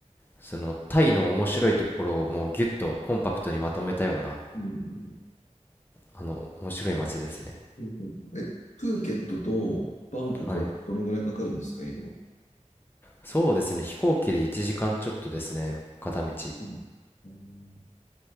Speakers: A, on the left; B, on the left.
A: そのタイの面白いところをもうギュッとコンパクトにまとめたような、
B: うん
A: あの、面白い街ですね。
B: プーケットえ、プーケットとバンコクはどどのぐらいかかるんですか、
A: はい。
B: 移動。
A: そうですね、飛行機で1時間ちょっとですね、片道。
B: うん、うん